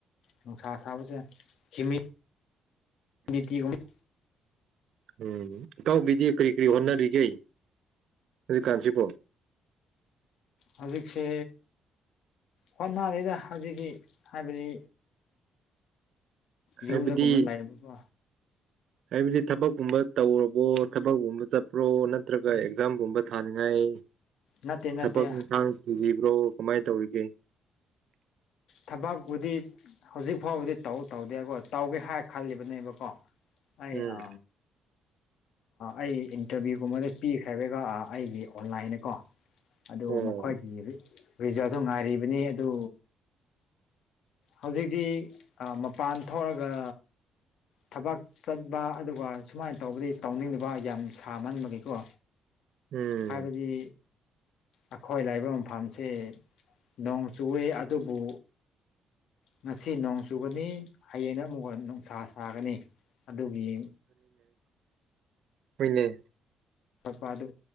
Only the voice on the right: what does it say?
ꯎꯝ ꯏꯇꯥꯎꯕꯤꯗꯤ ꯀꯔꯤ ꯀꯔꯤ ꯍꯣꯠꯅꯔꯤꯒꯦ
ꯍꯧꯖꯤꯛꯀꯥꯟꯁꯤꯕꯣ
ꯍꯥꯏꯕꯗꯤ
ꯍꯥꯏꯕꯗꯤ ꯊꯕꯛꯀꯨꯝꯕ ꯇꯧꯔꯕꯣ ꯊꯕꯛꯒꯨꯝꯕ ꯆꯠꯄ꯭ꯔꯣ ꯅꯠꯇ꯭ꯔꯒ
ꯑꯦꯛꯖꯥꯝꯒꯨꯝꯕ ꯊꯥꯅꯤꯡꯉꯥꯏ
ꯊꯕꯛ ꯏꯟꯁꯥꯡꯁꯤ ꯕ꯭ꯔꯣ ꯀꯃꯥꯏꯅ ꯇꯧꯔꯤꯒꯦ
ꯎꯝ
ꯑꯣ
ꯎꯝ
ꯍꯅꯦ